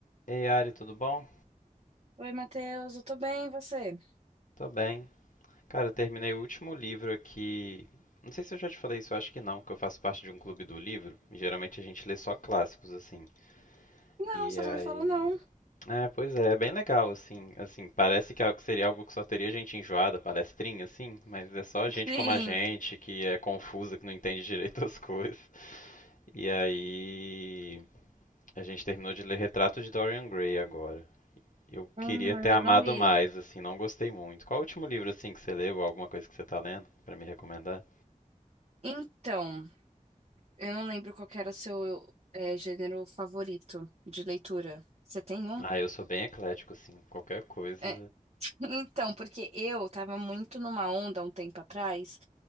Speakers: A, on the left; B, on the right.
A: Ei, Ari, tudo bom?
B: Oi, Matheus, eu tô bem, e você?
A: Tô bem. Cara, eu terminei o último livro aqui. Não sei se eu já te falei isso, eu acho que não, que eu faço parte de um clube do livro. E geralmente a gente lê só clássicos, assim.
B: Não,
A: E
B: você
A: aí.
B: não me falou não.
A: É, pois é, é bem legal, assim. Assim, parece que é algo- seria algo que só teria gente enjoada, palestrinha, assim, mas é só gente
B: Sim.
A: como a gente, que é confusa, que não entende direito as coisas. E aí. A gente terminou de ler Retrato de Dorian Gray agora. Eu
B: Hum,
A: queria
B: ainda
A: ter amado
B: não li.
A: mais, assim, não gostei muito. Qual o último livro, assim, que você leu, ou alguma coisa que você tá lendo, pra me recomendar?
B: Então, eu não lembro qual que era o seu é, gênero favorito de leitura. Você tem um?
A: Ah, eu sou bem eclético, assim, qualquer coisa.
B: É. <laughs> Então, porque eu tava muito numa onda um tempo atrás